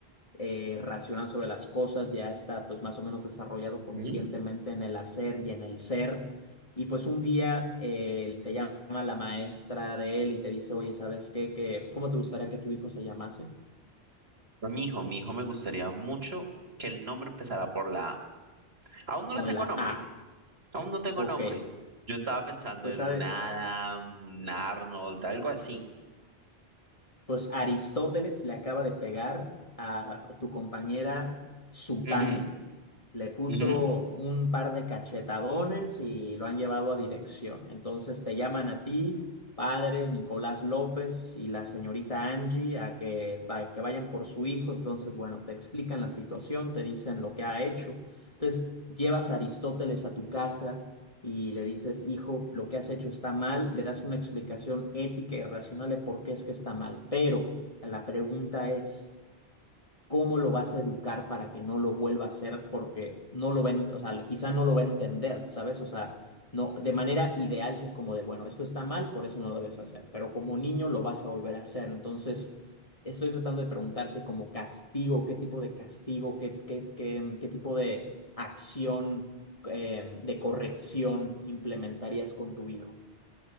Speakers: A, on the left; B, on the right.
A: eh, racional sobre las cosas, ya está pues más o menos desarrollado
B: ujú.
A: conscientemente en el hacer y en el ser. Y pues un día eh, te llama la maestra de él y te dice, oye, ¿sabes qué? Que, ¿cómo te gustaría que tu hijo se llamase?
B: A Mi hijo, mi hijo me gustaría mucho que el nombre empezara por la A. Aún no
A: Con
B: le tengo
A: la
B: nombre,
A: A.
B: aún no tengo
A: Ok,
B: nombre. Yo estaba pensando
A: pues
B: en
A: sabes
B: un Adam, un Arnold, algo así.
A: Pues Aristóteles le acaba de pegar a tu compañera Sutana.
B: Ujú,
A: Le puso
B: ujú.
A: un par de cachetadones y lo han llevado a dirección. Entonces te llaman a ti, padre Nicolás López y la señorita Angie a que, va- que vayan por su hijo. Entonces, bueno, te explican la situación, te dicen lo que ha hecho. Entonces llevas a Aristóteles a tu casa y le dices, hijo, lo que has hecho está mal, le das una explicación ética y racional de por qué es que está mal. Pero la pregunta es, cómo lo vas a educar para que no lo vuelva a hacer porque no lo ven, o sea, quizá no lo va a entender, ¿sabes? O sea, no, de manera ideal si es como de, bueno, esto está mal, por eso no lo debes hacer, pero como niño lo vas a volver a hacer. Entonces, estoy tratando de preguntarte como castigo, qué tipo de castigo, qué, qué, qué, qué tipo de acción, eh, de corrección implementarías con tu hijo.